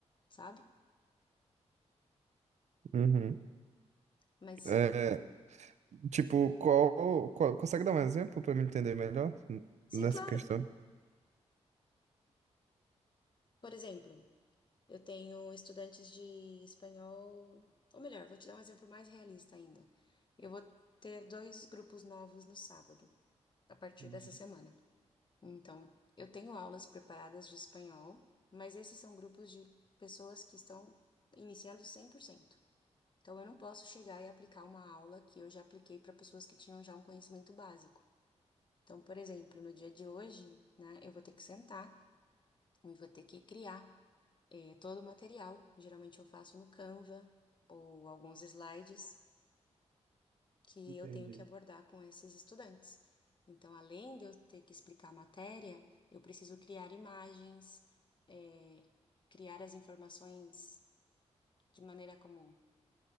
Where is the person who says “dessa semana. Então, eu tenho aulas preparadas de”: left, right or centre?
Left